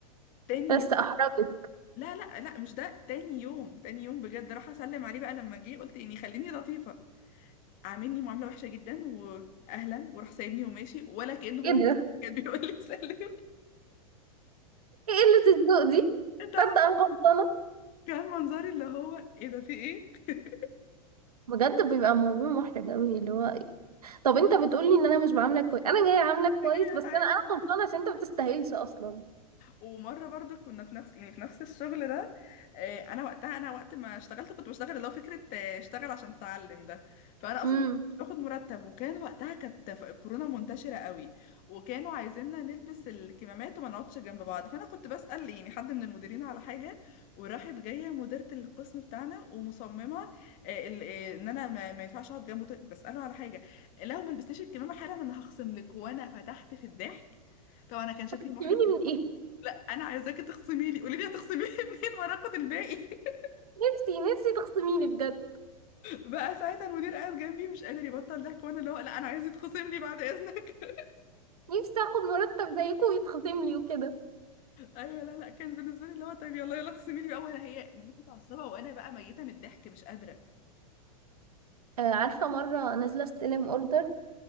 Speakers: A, on the left; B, on the right.
A: تاني
B: بس احرجت
A: لا لا لا مش ده تاني يوم تاني يوم بجد راح اسلم عليه بقى لما جه قلت يعني خليني لطيفه عاملني معامله وحشه جدا واهلا وراح سايبني وماشي ولا كأن هو
B: ايه ده
A: <laughs> كان بيقول لي سلمي
B: ايه قلة الذوق دي
A: <laughs> ده
B: تصدق انا غلطانة
A: كان منظري اللي هو ايه ده في ايه <laughs>
B: بجد بيبقى موضوع محرج قوي اللي هو طب انت بتقولي ان انا مش بعاملك كويس انا جاية عاملك
A: انا
B: كويس
A: ليه
B: بس
A: هتعامل
B: انا انا غلطانة عشان انت ما بتستاهلش اصلا
A: ومره برضو كنا في نفس يعني في نفس الشغل ده آه، انا وقتها انا وقت ما اشتغلت كنت بشتغل اللي هو فكره آه، اشتغل عشان تتعلم ده فانا اصلا
B: امم
A: ما كنتش باخد مرتب وكان وقتها كانت ف- الكورونا منتشره قوي وكانوا عايزيننا نلبس الكمامات وما نقعدش جنب بعض فانا كنت بسال يعني حد من المديرين على حاجه وراحت جايه مديره القسم بتاعنا ومصممه آه، ال- آه، ان انا ما ما ينفعش اقعد جنبه بساله على حاجه لو ما لبستيش الكمامه حالا انا هخصم لك وانا فتحت في الضحك طبعا انا كان شكلي
B: تخصميني
A: محرج
B: من ايه
A: انا عايزاكي تخصمي لي قولي لي هتخصمي لي <laughs> منين وانا اخد الباقي <laughs>
B: نفسي نفسي تخصميني بجد
A: بقى ساعتها المدير قاعد جنبي مش قادر يبطل ضحك وانا اللي هو لا انا عايز يتخصم لي بعد اذنك <laughs>
B: نفسي اخد مرتب زيكم ويتخصم لي وكده
A: ايوه لا لا كان بالنسبه لي اللي هو طيب يلا يلا اخصمي لي بقى وانا هي المفروض متعصبه وانا بقى ميته من الضحك مش قادره
B: آه، عارفة مرة نازلة استلم اوردر